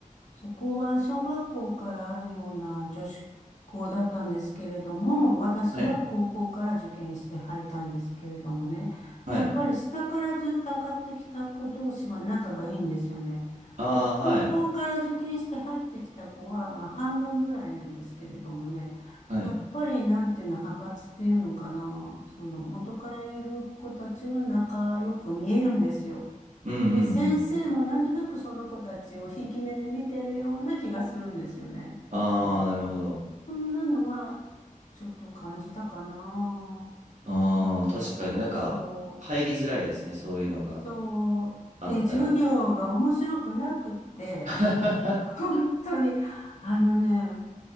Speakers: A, on the left (about 60°); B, on the right (about 60°).
A: そこは小学校からあるような女子校だったんですけれども、私は高校から受験して入ったんですけれどもね、
B: はい。はい。
A: やっぱり下からずっと上がってきた子同士は仲がいいんですよね。
B: ああ、
A: で、高校から受験して入ってきた子は、
B: はい。
A: まあ半分ぐらいなんですけれどもね、
B: はい。
A: やっぱりなんていうの、派閥っていうのかな、その元からいる子たちは仲良く見えるんですよ。
B: うんうんうん。
A: で、先生もなんとなくその子たちをひいき目で見てるような気がするんですよね。
B: ああ、
A: うん。
B: なるほど。
A: そんなのは、ちょっと感じたかな。
B: ああ、
A: うーん、
B: 確かになんか、
A: そう。
B: 入りづらいですね。そういうのが
A: そう。
B: あったら。
A: で、授業が面白くなくて、
B: <laughs>
A: 本当に、あのね、